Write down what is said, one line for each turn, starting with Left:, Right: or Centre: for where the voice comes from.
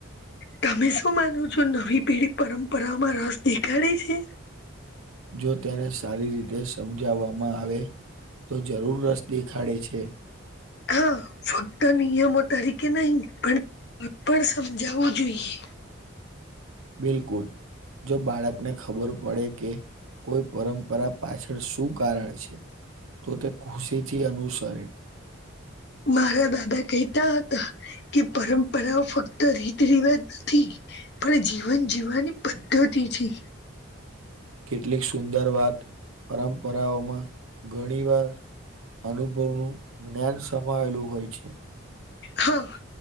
Left: તમે શું માનો છો નવી પેઢી પરંપરામાં રસ દેખાડે છે.
Right: જો તેને સારી રીતે સમજાવવામાં આવે તો જરૂર રસ દેખાડે છે.
Left: હા ફક્ત નિયમો તરીકે નહી પણ પણ સમજાવવું જોઈએ.
Right: બિલકુલ જો બાળકને ખબર પડે કે કોઈ પરંપરા પાછળ શું કારણ છે તો તે ખુશી થી અનુસરે.
Left: મારા દાદા કેતા હતા કે પરંપરાઓ ફક્ત રીત રિવાજ નથી. પણ જીવન જીવવાની પદ્ધતિ છે.
Right: કેટલીક સુંદર વાત પરંપરાઓમાં ઘણી વાર અનુભવનું જ્ઞાન સમાવેલું હોય છે.
Left: હા